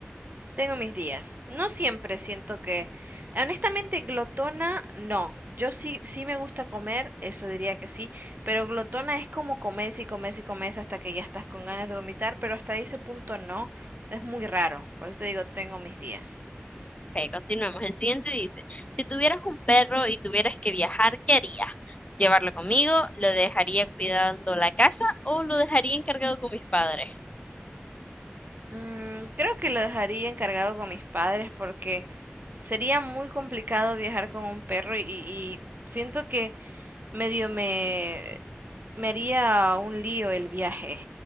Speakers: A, on the right; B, on the left.
A: Tengo mis días. No siempre siento que, honestamente, glotona, no. Yo sí, sí me gusta comer, eso diría que sí, pero glotona es como comes y comes y comes hasta que ya estás con ganas de vomitar, pero hasta ese punto no. Es muy raro. Por eso te digo, tengo mis días.
B: Ok, continuemos. El siguiente dice, si tuvieras un perro y tuvieras que viajar, ¿qué harías? ¿Llevarlo conmigo? ¿Lo dejaría cuidando la casa o lo dejaría encargado con mis padres?
A: Mm, creo que lo dejaría encargado con mis padres porque Sería muy complicado viajar con un perro y, y siento que medio me, me haría un lío el viaje.